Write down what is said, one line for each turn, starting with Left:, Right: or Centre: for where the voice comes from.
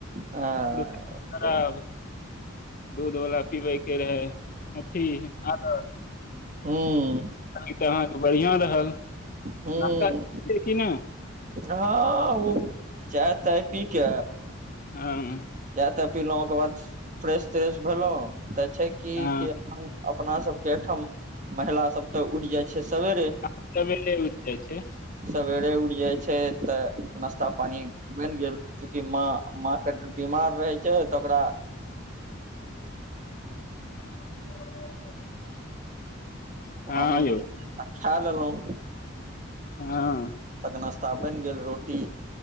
Right: हँ
Left: खराब
Right: अच्छा
Left: दूध वला पीबै के रहै <unintelligible>
Right: हँ
Left: अहाँके बढ़िआं रहल
Right: हूँ
Left: नास्ता केलिये कि नए
Right: हँ ओ चाय ताय पी के
Left: हँ
Right: जा तऽ पीलहुँ ओकर बाद फ्रेश त्रेश भेलहुँ तऽ छै की
Left: हँ
Right: अपन अपना सब के ठाम महिला सब ते उठ जाइ छै सबेरे
Left: हम सबेरे उठि जाइ छै
Right: सबेरे उठ जाय छै ते नश्ता पानी बैन गेल चूकि माँ माँ के मा रहै छै तऽ ओकरा
Left: <inaudible> हँ
Right: हमुन
Left: यौ
Right: खा लेलहुँ
Left: हँ
Right: नश्ता बैन गेल रोटी